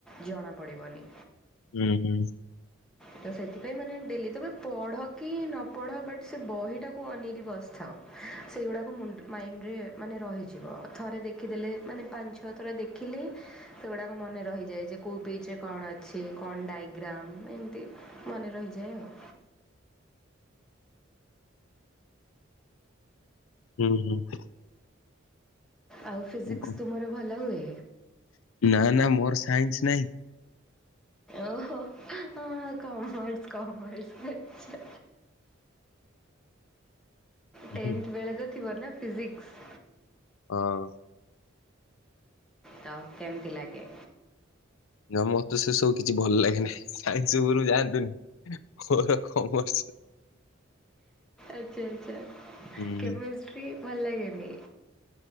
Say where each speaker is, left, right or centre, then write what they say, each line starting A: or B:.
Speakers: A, in the centre; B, on the left.
A: ଜଣାପଡ଼ିବନି।
B: ହୁଁ ହୁଁ।
A: ହ <inaudible> ତ ସେଥିପାଇଁ ମାନେ ଡେଲି ତ ପଢ଼ କି ନ ପଢ଼ ବଟ୍ ସେ ବହିଟାକୁ ଅନେଇକି ବସିଥାଅ। ସେଇଗୁଡ଼ାକ ମୁ ମାଇଣ୍ଡରେ ମାନେ ରହିଯିବ ଥରେ ଦେଖିଦେଲେ ମାନେ ପାଞ୍ଚ ଛଅ ଥର ଦେଖିଲେ ସେଗୁଡଡାକ ମନେ ରହିଛି। ଯାଏ ଯେ କେଉଁ ପେଜରେ କଣ ଅଛି କଣ ଡାଇଗ୍ରାମ୍ ଏମିତି ମନେ ରହିଯାଏ ଆଉ।
B: ହୁଁ ହୁଁ।
A: ଆଉ ଫିଜିକ୍ସ
B: ହୁଁ
A: ତୁମର ଭଲ ହୁଏ?
B: ନା ନା ମୋର ସାଇନ୍ସ ନାହିଁ।
A: ଓହୋ ହଁ ହଁ କମର୍ସ କମର୍ସ ଆଛା।
B: ହୁଁ,
A: ଟେନଥ
B: ହୁଁ।
A: ବେଳେ ତ ଥିବ ନା ଫିଜିକ୍ସ।
B: ହଁ।
A: ତ କେମିତି ଲାଗେ?
B: ନା ମତେ ସେ ସବୁ କିଛି ଭଲ ଲାଗେ ନାହିଁ। ସାଇନ୍ସ ଉପରକୁ ଯାଆନ୍ତୁନି ମୋର କମର୍ସ।
A: ଆଛା ଆଛା
B: ହୁଁ
A: କେମେଷ୍ଟ୍ରି
B: ହୁଁ
A: ଭଲ ଲାଗେନି?